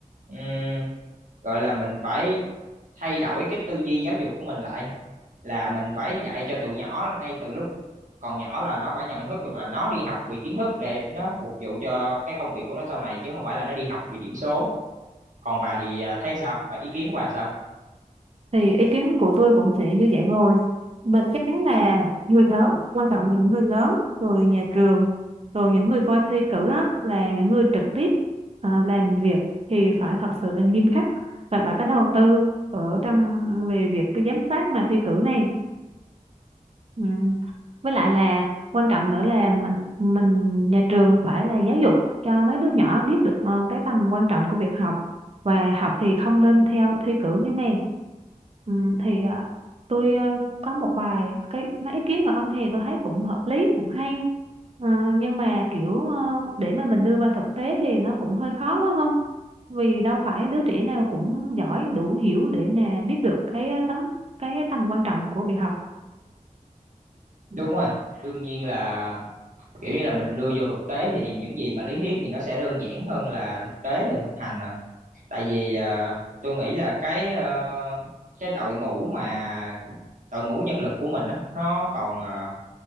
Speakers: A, on the right; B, on the right.
A: ừm, gọi là mình phải thay đổi cái tư duy giáo dục của mình lại là mình phải dạy cho tụi nhỏ ngay từ lúc còn nhỏ là nó phải nhận thức được là nó đi học vì kiến thức để nó phục vụ cho cái công việc của nó sau này chứ không phải là nó đi học vì điểm số còn bà thì à, thấy sao bà ý kiến của bà sao
B: thì ý kiến của tôi cũng sẽ như vậy rồi mình chắc chắn là người lớn quan trọng là những người lớn rồi nhà trường rồi những người coi thi cử đó là những người trực tiếp à, làm việc thì phải thật sự là nghiêm khắc và phải có đầu tư ở trong về việc cái giám sát mà thi cử này Ừ. Với lại là quan trọng nữa là mình, mình nhà trường phải là giáo dục cho mấy đứa nhỏ biết được ờ, cái tầm quan trọng của việc học và học thì không nên theo thi cử như này. Ừ, thì ờ, tôi ờ, có một vài cái mấy ý kiến của ông thì tôi thấy cũng hợp lý cũng hay Ờ, nhưng mà kiểu ờ, để mà mình đưa vào thực tế thì nó cũng hơi khó quá không? Vì đâu phải đứa trẻ nào cũng giỏi đủ hiểu để mà biết được cái ờ, tấm cái tầm quan trọng của việc học. Ừ.
A: đúng rồi đương nhiên là kiểu như là mình đưa vô thực tế thì những gì mà lý thuyết thì nó sẽ đơn giản hơn là thực tế và thực hành rồi tại vì à, tôi nghĩ là cái ờ, cái đội ngũ mà đội ngũ nhân lực của mình á nó còn ờ,